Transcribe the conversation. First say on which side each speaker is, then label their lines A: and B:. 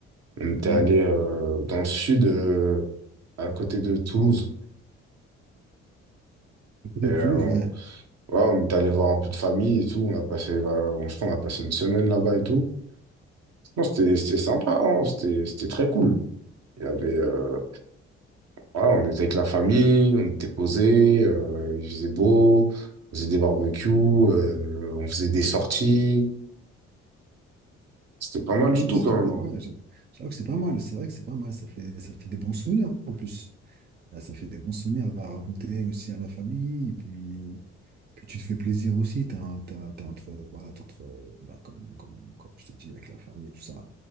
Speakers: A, on the right; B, on the right.
A: On était
B: Ouais,
A: allé euh, dans le sud, euh, à côté de Toulouse.
B: peut-être
A: Et, euh,
B: Toulouse,
A: on-
B: ouais.
A: ouais, on était allé voir un peu de famille et tout. On a passé, euh, on- je crois, on a passé une semaine là-bas et tout. Non, c'était, c'était sympa, hein. C'était, c'était très cool. Il y avait, euh, ouais, on était avec la famille, on était posés, euh, il faisait beau, on faisait des barbecues, euh, on faisait des sorties. C'était pas mal
B: Ouais,
A: du
B: mais
A: tout
B: c'est
A: quand
B: trop
A: même.
B: bien,
A: hein.
B: ouais. j'a- J'avoue que c'est pas mal, c'est vrai que c'est pas mal, ça fait, ça fait des bons souvenirs en plus. Là, ça fait des bons souvenirs à raconter aussi à la famille, et puis, puis tu te fais plaisir aussi, t'es un- t'es un- t'es entre, voilà, t'es entre, euh, bah, comme, comme, comme je te dis, avec la famille et tout ça.